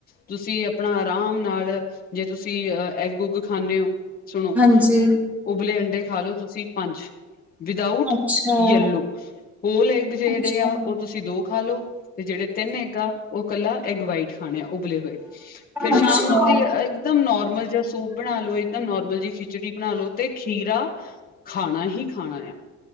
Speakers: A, on the left; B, in the centre.
A: ਤੁਸੀਂ ਆਪਣਾ ਆਰਾਮ ਨਾਲ ਜੇ ਤੁਸੀਂ ਐਗ ਉੱਗ ਖਾਂਦੇ ਹੋ। ਸੁਣੋ
B: ਹਾਂਜੀ
A: ਉਬਲੇ ਅੰਡੇ ਖਾ ਲੋ ਤੁਸੀਂ ਪੰਜ। ਵਿਦਊਟ
B: ਅੱਛਾ
A: ਯੈਲੋ ਹੋਲ ਐਗ ਜਿਹੜੇ
B: ਅੱਛਾ
A: ਆ ਉਹ ਤੁਸੀਂ ਦੋ ਖਾ ਲਓ ਤੇ ਜਿਹੜੇ ਤਿੰਨ ਐਗ ਆ ਉਹ ਇਕੱਲਾ ਐਗ ਵਾਈਟ। ਖਾਣੇ ਆ ਉਬਲੇ ਹੋਏ ਫੇਰ
B: ਅੱਛਾ।
A: ਸ਼ਾਮ ਨੂੰ ਆਪਦੀ ਇਕਦਮ ਨੋਰਮਲ ਜ ਸੂਪ ਬਣਾ ਲੋਓ ਨੋਰਮਲ ਜਿਹੀ ਖਿਚੜੀ ਬਣਾ ਲੋ ਤੇ ਖੀਰਾ ਖਾਣਾ ਹੀ ਖਾਣਾ ਆ।